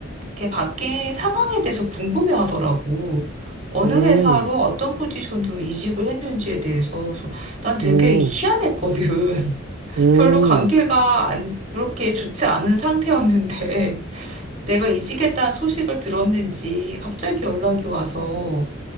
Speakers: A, on the right; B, on the right.
A: 이렇게 바뀐 상황에 대해서 궁금해 하더라고. 어느
B: 음,
A: 회사로 어떤 포지션으로 이직을 했는지에 대해서 그래서 난 되게
B: 음,
A: 희한했거든.
B: 음,
A: 별로 관계가 안, 그렇게 좋지 않은 상태였는데 <laughs> 내가 이직했다는 소식을 들었는지 갑자기 연락이 와서